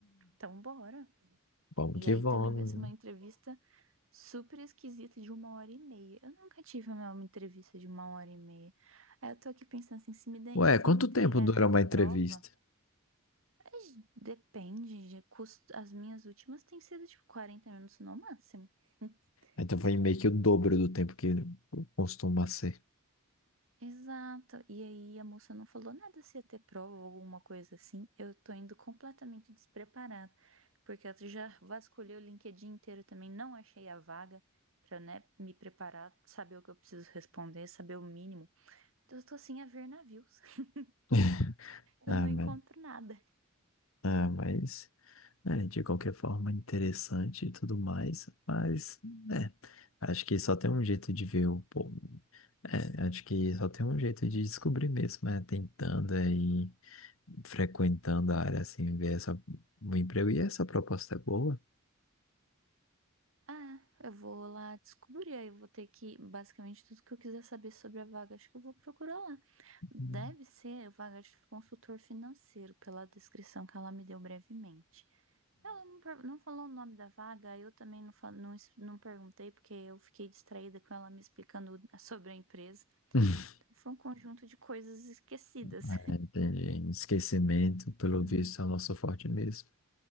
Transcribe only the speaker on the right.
então bora.
E
aí
também vai ser
uma entrevista super esquisita de uma hora e meia. Eu nunca tive uma uma entrevista de uma hora e meia. Aí eu tô aqui pensando assim, se me, de-
se
me entregarem
uma
prova, mas depende de custo. As minhas últimas têm sido tipo 40 minutos no máximo. <laughs>
Exato. E aí a moça não falou nada se ia ter prova ou alguma coisa assim. Eu tô indo completamente despreparada, porque eu já vasculhei o LinkedIn inteiro também, não achei a vaga pra, né, me preparar, saber o que eu preciso responder, saber o mínimo Eu tô sem a ver navios. <laughs>
Eu não encontro
nada.
Ah, eu vou lá descobrir. Aí eu vou ter que, basicamente, tudo que eu quiser saber sobre a vaga, acho que eu vou procurar lá.
Deve ser vaga de consultor financeiro, pela descrição que ela me deu brevemente. Ela não, per- não falou o nome da vaga, eu também não, fal- não, es- não perguntei, porque eu fiquei distraída com ela me explicando <laughs> sobre a empresa.
Então, foi um conjunto de coisas esquecidas.
<laughs>